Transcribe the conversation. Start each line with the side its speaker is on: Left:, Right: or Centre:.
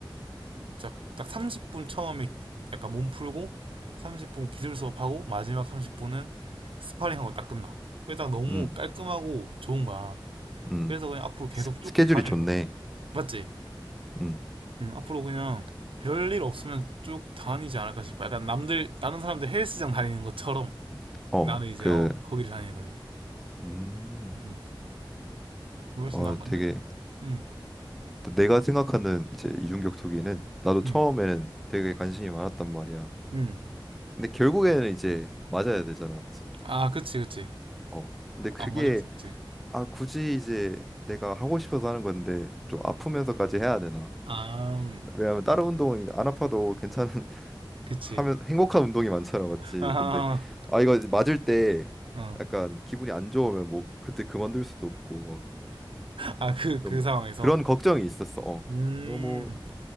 Right: 딱, 딱 30분 처음에 약간 몸 풀고 30분 기술 수업하고 마지막 30분은 스파링하고 딱 끝나. 그게 딱 너무
Centre: 음,
Right: 깔끔하고 좋은 거야.
Centre: 음.
Right: 그래서 그냥 앞으로 계속
Centre: 스,
Right: 쭉
Centre: 스케줄이
Right: 다니려고.
Centre: 좋네.
Right: 맞지?
Centre: 음,
Right: 응, 앞으로 그냥 별일 없으면 쭉 다니지 않을까 싶어. 약간 남들, 다른 사람들 헬스장 다니는 것처럼
Centre: 어,
Right: 나는 이제,
Centre: 그,
Right: 어, 거기를 다니는 거지.
Centre: 음,
Right: 응, 그게 훨씬
Centre: 어,
Right: 나은 건데.
Centre: 되게
Right: 응,
Centre: 또 내가 생각하는 이제 이중격투기는 나도 처음에는
Right: 응,
Centre: 되게 관심이 많았단 말이야.
Right: 응.
Centre: 근데 결국에는 이제 맞아야 되잖아, 맞지?
Right: 아, 그치, 그치.
Centre: 어. 근데 그게
Right: 안 맞을 수 없지.
Centre: 아, 굳이 이제 내가 하고 싶어서 하는 건데 좀 아프면서까지 해야 되나?
Right: 아, 음,
Centre: 왜냐면 다른 운동은 안 아파도 괜찮은 <laughs>
Right: 그치.
Centre: 하면 행복한 운동이 많잖아, 맞지?
Right: 아하
Centre: 근데 아 이거 이제 맞을 때
Right: 어.
Centre: 약간 기분이 안 좋으면 뭐 그때 그만둘 수도 없고
Right: 아, 그, 그
Centre: 막좀
Right: 상황에서.
Centre: 그, 그런 걱정이 있었어. 어.
Right: 음,
Centre: 너무